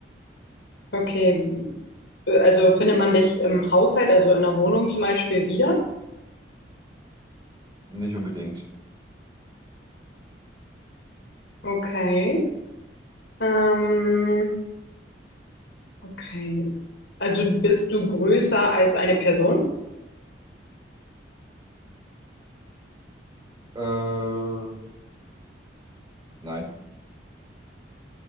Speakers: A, on the left; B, on the right.
A: Okay, Äh, also findet man dich im Haushalt, also in der Wohnung zum Beispiel wieder?
B: nicht unbedingt.
A: Okay. Ähm, okay. Also bist du größer als eine Person?
B: Äh, nein,